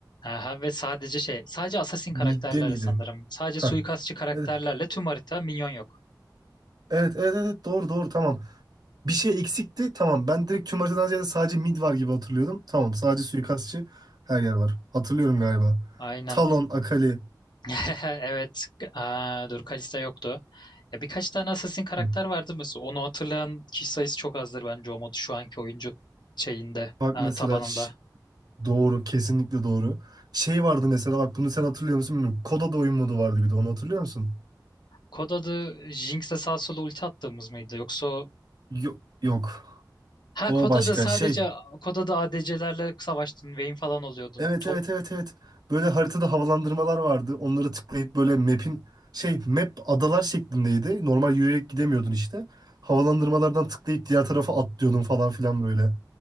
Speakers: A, on the left; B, on the right.
A: Aha, ve sadece şey, sadece assassin
B: Midde
A: karakterlerle
B: miydi?
A: sanırım. Sadece
B: Ha.
A: suikastçı karakterlerle
B: Evet,
A: tüm harita minyon yok.
B: evet, evet, evet, doğru, doğru, tamam. Bir şey eksikti, tamam. Ben direkt tüm haritadan ziyade sadece mid var gibi hatırlıyordum. Tamam, sadece suikastçı her yer var. Hatırlıyorum galiba.
A: Aynen.
B: Talon, Akali.
A: <laughs> Evet. Aa, dur Kalista yoktu. Ya birkaç tane assassin karakter
B: Hı.
A: vardı mesela. Onu hatırlayan kişi sayısı çok azdır bence o modu şu anki oyuncu şeyinde,
B: Bak
A: aa,
B: mesela
A: tabanında.
B: ş- doğru, kesinlikle doğru. Şey vardı mesela, bak bunu sen hatırlıyor musun bilmiyorum. Koda da oyun modu vardı bir de, onu hatırlıyor musun?
A: Kod adı Jinx'le sağ sola ulti attığımız mıydı? Yoksa o...
B: Yok, yok.
A: Ha
B: O
A: kod
B: başka
A: adı sadece
B: şey.
A: kod adı ADC'lerle savaştın. Vayne falan oluyordun.
B: Evet
A: To-
B: evet evet evet. Böyle haritada havalandırmalar vardı. Onları tıklayıp böyle map'in şey map adalar şeklindeydi. Normal yürüyerek gidemiyordun işte. Havalandırmalardan tıklayıp diğer tarafa atlıyordun falan filan böyle.